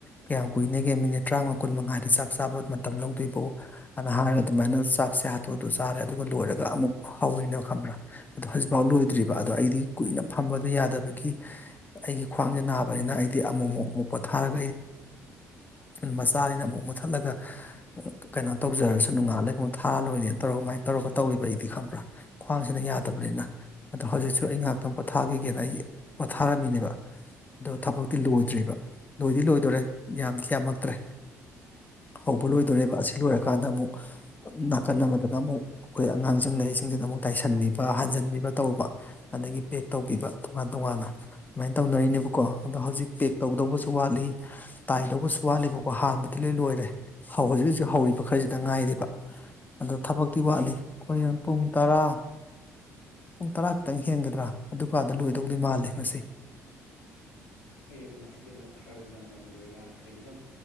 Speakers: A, on the left (about 20°); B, on the left (about 65°).
A: ꯀꯌꯥꯝ ꯀꯨꯏꯅꯒꯦ ꯃꯤꯅꯤꯠ ꯇꯔꯥꯃꯥ ꯀꯨꯟ ꯃꯉꯥꯗ ꯆꯥꯛ ꯆꯥꯕ ꯃꯇꯝ ꯂꯧꯗꯣꯏꯕꯣ ꯑꯗꯨꯅ ꯍꯥꯏꯔꯒ ꯑꯗꯨꯃꯥꯏꯅ ꯆꯥꯛꯁꯦ ꯍꯥꯊꯨ ꯍꯥꯊꯨ ꯆꯥꯔꯦ ꯑꯗꯨꯒ ꯂꯣꯏꯔꯒ ꯑꯃꯨꯛ ꯍꯧꯋꯅ ꯈꯪꯕ꯭ꯔꯥ ꯑꯗꯣ ꯍꯧꯖꯤꯛꯐꯥꯎ ꯂꯣꯏꯗ꯭ꯔꯤꯕ ꯑꯗꯣ ꯑꯩꯗꯤ ꯀꯨꯏꯅ ꯐꯝꯕꯗ ꯌꯥꯗꯕꯒꯤ ꯑꯩꯒꯤ ꯈ꯭ꯋꯥꯡꯁꯦ ꯅꯥꯕꯅꯤꯅ ꯑꯩꯗꯤ ꯑꯃꯨꯛꯃꯨꯛ ꯑꯃꯨꯛ ꯄ ꯊꯥꯔ ꯃ ꯃꯨꯊꯠ ꯀꯩꯅ ꯇ ꯅꯨꯡꯉꯥꯜꯂꯒꯨꯝꯕ ꯊꯥꯔ ꯂꯣꯏꯔꯦꯅ ꯇꯧꯔꯒ ꯀꯃꯥꯏꯅ ꯇꯧꯔꯒ ꯇꯧꯔꯤꯕ ꯑꯩꯗꯤ ꯈꯪꯕ꯭ꯔꯥ ꯈ꯭ꯋꯥꯡꯁꯤꯅ ꯌꯥꯗꯕꯅꯤꯅ ꯍꯧꯖꯤꯛꯁꯨ ꯑꯩ ꯉꯍꯥꯛꯇꯪ ꯄꯣꯊꯥꯈꯤꯒꯦꯅ ꯑꯩ ꯄꯣꯊꯥꯔꯝꯃꯤꯅꯦꯕ ꯑꯗꯣ ꯊꯕꯛꯇꯤ ꯂꯣꯏꯗ꯭ꯔꯤꯕ ꯂꯣꯏꯗꯤ ꯂꯣꯏꯗꯣꯔꯦ ꯌꯥꯝꯗꯤ ꯌꯥꯝꯃꯛꯇ꯭ꯔꯦ ꯍꯧꯕ
B: ꯎꯝ
A: ꯂꯣꯏꯗꯣꯔꯦꯕ ꯑꯁꯤ ꯂꯣꯏꯔꯀꯥꯟꯗ ꯑꯃꯨꯛ ꯅꯥꯀꯟ ꯑꯃꯗꯅ ꯑꯃꯨꯛ ꯑꯩꯈꯣꯏ ꯑꯉꯥꯡꯁꯤꯡ ꯂꯩꯥꯏꯔꯤꯛꯁꯤꯡꯁꯤꯗ ꯑꯃꯨꯛ ꯇꯥꯏꯁꯟꯕꯤꯕ ꯍꯟꯖꯟꯕꯤꯕ ꯇꯧꯕ ꯑꯗꯒꯤ ꯄꯦꯛ ꯇꯧꯕꯤꯕ ꯇꯣꯉꯥꯟ ꯇꯣꯉꯥꯟꯅ ꯑꯗꯨꯃꯥꯏꯅ ꯇꯧꯅꯔꯤꯅꯦꯕꯀꯣ ꯑꯗꯣ ꯍꯧꯖꯤꯛ ꯄꯦꯛ ꯇꯧꯗꯧꯕꯁꯨ ꯋꯥꯠꯂꯤ ꯇꯥꯏꯗꯧꯕꯁꯨ ꯋꯥꯠꯂꯤꯕꯀꯣ ꯍꯥꯟꯕꯗꯤ ꯂꯣꯏ ꯂꯣꯏꯔꯦ ꯍꯧꯖꯤꯛ ꯍꯧꯖꯤꯛ ꯍꯧꯔꯤꯕ ꯈꯔꯁꯤꯗ ꯗ ꯉꯥꯏꯔꯤꯕ ꯑꯗꯣ ꯊꯕꯛꯇꯤ ꯋꯥꯠꯂꯤ ꯑꯩꯈꯣꯏ ꯄꯨꯡ ꯇꯔꯥ ꯄꯨꯡ ꯇꯔꯥ ꯈꯤꯇꯪ ꯍꯦꯟꯒꯗ꯭ꯔꯥ ꯑꯗꯨꯀꯗ ꯂꯣꯏꯗꯧꯗꯤ ꯃꯥꯜꯂꯦ ꯉꯁꯤ
B: ꯍꯣꯏ ꯑꯗꯣ ꯉꯁꯤꯗꯤ ꯑꯃꯨꯛ ꯈꯔꯕꯨ ꯉꯟꯅꯕ ꯂꯣꯏꯅꯍꯈꯩꯗꯤ ꯑꯗꯨꯝ